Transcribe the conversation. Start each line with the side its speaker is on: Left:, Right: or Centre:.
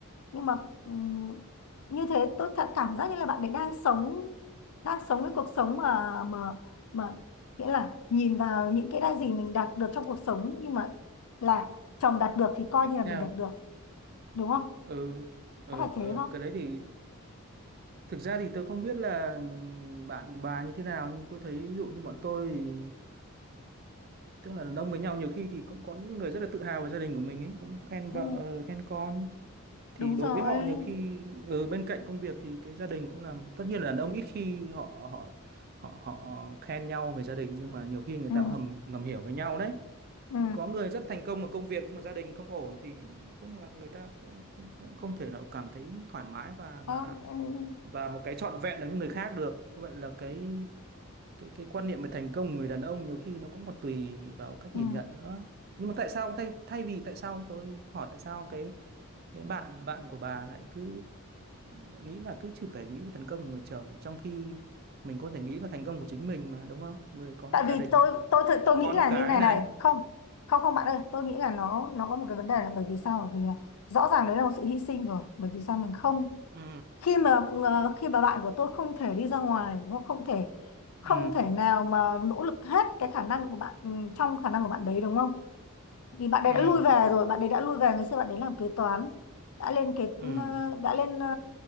Left: nhưng mà ừm, như thế tôi thật cảm giác như là bạn ấy đang sống đang sống cái cuộc sống mà mà mà nghĩa là nhìn vào những cái đã gì mình đạt được trong cuộc sống nhưng mà là chồng đạt được thì coi như là mình
Right: theo
Left: đạt được đúng không
Right: ừ ừ
Left: có phải thế
Right: ừ
Left: không
Right: cái đấy thì thực ra thì tôi không biết là bạn bà như thế nào nhưng tôi thấy ví dụ như bọn tôi thì tức là đàn ông với nhau nhiều khi thì cũng có những người rất là tự hào về gia đình của mình ấy cũng khen
Left: ừ,
Right: vợ ờ, khen con thì
Left: đúng
Right: đối
Left: rồi
Right: với họ nhiều khi ở bên cạnh công việc thì cái gia đình cũng làm tất nhiên là đàn ông ít khi họ họ họ họ khen nhau về gia đình nhưng mà nhiều khi người
Left: ừ,
Right: ta cũng hầm ngầm hiểu với nhau đấy
Left: ừ.
Right: có người rất thành công ở công việc nhưng mà gia đình không ổn thì nói chung là người ta sẽ không thể nào cảm thấy thoải mái và
Left: Không,
Right: và
Left: ừ.
Right: và một cái trọn vẹn được như người khác được như vậy là cái cái cái quan niệm về thành công của người đàn ông nhiều khi nó cũng còn tùy vào cách
Left: ừ.
Right: nhìn nhận nữa nhưng mà tại sao thay thay vì tại sao tôi hỏi tại sao cái cái bạn bạn của bà lại cứ lại nghĩ là cứ chỉ phải nghĩ về thành công của người chồng trong khi mình có thể nghĩ là thành công của chính mình mà đúng không người có
Left: tại
Right: một gia
Left: vì
Right: đình
Left: tôi
Right: hạnh phúc
Left: tôi tôi,
Right: có
Left: tôi nghĩ
Right: con
Left: là
Right: cái
Left: như này
Right: này
Left: này không không không bạn ơi tôi nghĩ là nó nó có một cái vấn đề là bởi vì sao bởi vì là rõ ràng đấy là một sự hy sinh rồi bởi vì sao mình không
Right: ừ
Left: khi mà ờ, khi mà bạn của tôi không thể đi ra ngoài nó không không thể không
Right: ừ
Left: thể nào mà nỗ lực hết cái khả năng của bạn ừ, trong khả năng của bạn đấy đúng không vì bạn đấy
Right: ừ
Left: đã lui về rồi bạn đấy đã lui về ngày xưa bạn đấy làm kế toán đã lên kế
Right: ừ
Left: ờ, đã lên ờ,